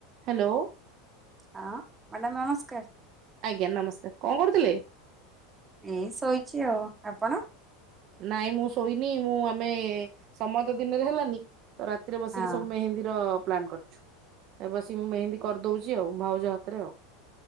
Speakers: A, on the right (about 45°); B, on the right (about 15°).
A: Hello.
B: ହଁ madam ନମସ୍କାର।
A: ଆଜ୍ଞା ନମସ୍କାର କଁ କରୁଥିଲେ?
B: ଏଇ ଶୋଇଛି ଆଉ ଆପଣ?
A: ନାଇଁ ମୁଁ ଶୋଇନି ମୁଁ ଆମେ ସମୟ ତ ଦିନରେ ହେଲାନି ତ ରାତିରେ ବସିକି
B: ହଁ
A: ସବୁ ମେହେନ୍ଦୀର ପ୍ଲାନ୍ କରିଛୁ ଏ ବସିକି ମୁଁ ମେହେନ୍ଦୀ କରିଦଉଛି ଆଉ ଭାଉଜ ହାତରେ ଆଉ।